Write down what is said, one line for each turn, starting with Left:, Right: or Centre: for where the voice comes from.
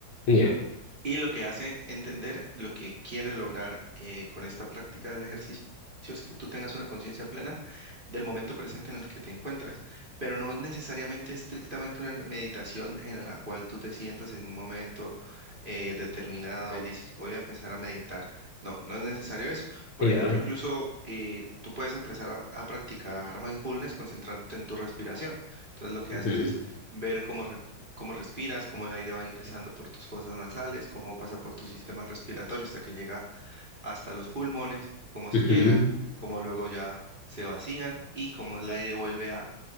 Left: Ya,
Right: y lo que hace entender lo que quiere lograr eh, con esta práctica del ejercicio es que tú tengas una conciencia plena del momento presente en el que te encuentras, pero no es necesariamente estrictamente una meditación en la cual tú te sientas en un momento eh, determinado y dices, voy a empezar a meditar. No, no es necesario eso. Por
Left: ya,
Right: ejemplo, incluso eh, tú puedes empezar a, a practicar mindfulness concentrándote en tu respiración. Entonces lo que
Left: ujú,
Right: haces es ver cómo cómo respiras, cómo el aire va ingresando por tus fosas nasales, cómo pasa por tu sistema respiratorio hasta que llega hasta los pulmones, cómo se
Left: ujú,
Right: llenan, cómo luego ya se vacían y cómo el aire vuelve a,